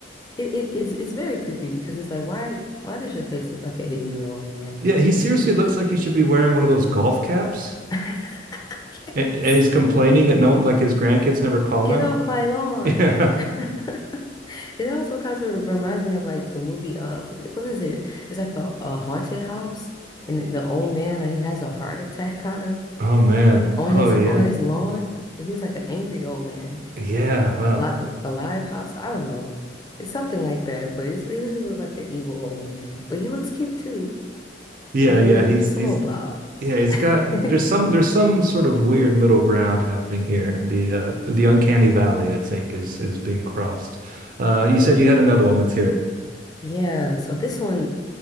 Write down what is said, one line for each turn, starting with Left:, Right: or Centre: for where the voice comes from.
Left: It it is it's very creepy because it's like why why does your face look like an 80 year old man?
Right: Yeah. He seriously looks like he should be wearing one of those golf caps.
Left: <laughs> Yes.
Right: And, and he's complaining that no, like his grandkids never call
Left: Get
Right: him.
Left: off
Right: <laughs>
Left: my lawn.
Right: Yeah.
Left: <laughs> It also kind of reminds me of like the movie, uh, what is it? It's like the uh, haunted house, and the old man like he has a heart attack kind of
Right: Oh man.
Left: on
Right: Oh
Left: his
Right: yeah.
Left: on his lawn, but he was like an angry old man.
Right: Yeah. Well.
Left: Li a live house, I don't know. It's something like that, but it's, he just look like an evil old man, but he looks cute too,
Right: Yeah.
Left: like
Right: Yeah.
Left: a little,
Right: He's
Left: just
Right: he's
Left: a little blob.
Right: yeah. He's got
Left: <laughs>
Right: there's some there's some sort of weird middle ground happening here. The uh the uncanny valley I think is is being crossed. Uh, you said you had another one. Let's hear it.
Left: Yeah, so this one